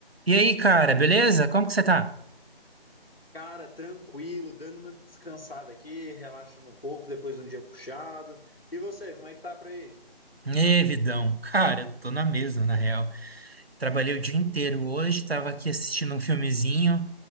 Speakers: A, on the right; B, on the left.
A: E aí, cara, beleza? Como que você tá?
B: Cara, tranquilo, dando uma descansada aqui, relaxando um pouco depois de um dia puxado. E você, como é que tá por aí?
A: Ê, vidão. Cara, eu tô na mesma, na real. Trabalhei o dia inteiro hoje, tava aqui assistindo um filmezinho.